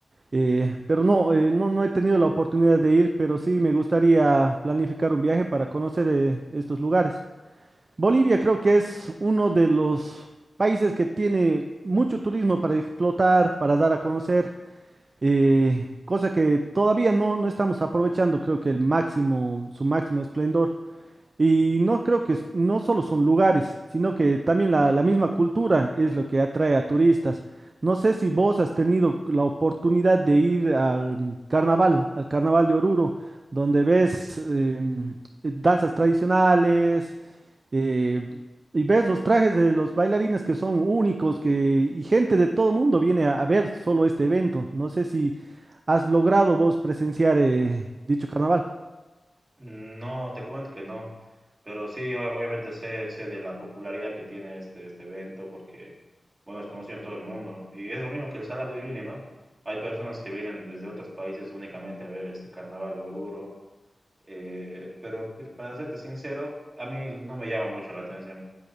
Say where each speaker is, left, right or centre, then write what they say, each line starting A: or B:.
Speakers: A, on the right; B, on the right.
A: Eh, pero no, eh, no, no he tenido la oportunidad de ir, pero sí me gustaría planificar un viaje para conocer eh, estos lugares. Bolivia creo que es uno de los países que tiene mucho turismo para explotar, para dar a conocer, eh, cosa que todavía no, no estamos aprovechando, creo que el máximo, su máximo esplendor. Y no creo que s- no solo son lugares, sino que también la, la misma cultura es lo que atrae a turistas. No sé si vos has tenido la oportunidad de ir al mm, carnaval, al carnaval de Oruro, donde ves eh, mm, danzas tradicionales eh, y ves los trajes de los bailarines que son únicos que, y gente de todo mundo viene a, a ver solo este evento. No sé si has logrado vos presenciar eh, dicho carnaval.
B: No, te comento que no, pero sí, o- obviamente sé, sé de la popularidad que tiene este, este evento porque, bueno, es conocido en todo el mundo. Y es lo mismo que el Salar de Uyuni, ¿no? Hay personas que vienen desde otros países únicamente a ver este Carnaval de Oruro, eh, pero para serte sincero, a mí no me llama mucho la atención.